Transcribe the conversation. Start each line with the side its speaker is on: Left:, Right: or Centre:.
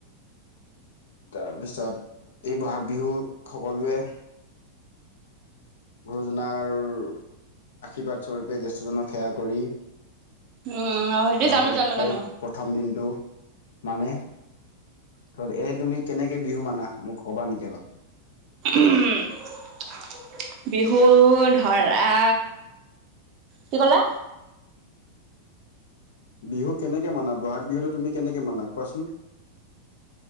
Left: তাৰপিছত, এই বহাগ বিহু সকলোৱে গুৰুজনাৰ আশীৰ্বাদ স্বৰূপে জেষ্ঠজনক সেৱা কৰি
Right: উম সেইটো
Left: বহাগৰ
Right: জানো
Left: এক
Right: জানো
Left: তাৰিখ
Right: জানো
Left: প্ৰথম দিনটো মানে ত এ তুমি কেনেকে বিহু মানা মোক ক'বা নেকি অলপ?
Right: উম বিহু ধৰা কি ক'লা?
Left: বিহু কেনেকে মানা, বহাগ বিহুটো তুমি কেনেকে মানা কোৱাচোন?